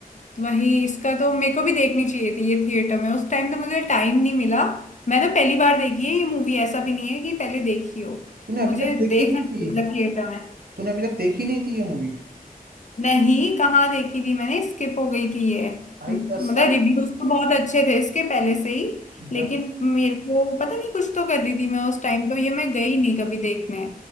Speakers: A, on the left; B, on the right.
A: तो वही इसका तो मेरे को भी देखनी चाहिए थी ये थिएटर में उस टाइम तो मुझे टाइम नहीं मिला मैंने पहली बार देखी है ये मूवी ऐसा भी नहीं है कि पहले देखी हो
B: तूने
A: तो
B: अभी
A: मुझे
B: तक
A: देखना
B: देखी नहीं
A: चाहिए
B: थी
A: था थिएटर में
B: तूने अभी तक देखी नहीं थी ये मूवी
A: नहीं कहाँ देखी थी मैंने स्किप हो गई थी ये
B: भाई
A: म-
B: दस
A: मतलब
B: साल
A: रिव्यूज तो बहुत अच्छे थे इसके पहले से ही लेकिन
B: दस
A: मेरे को पता नहीं कुछ तो कर रही थी मैं उस टाइम तो ये मैं गई नहीं कभी देखने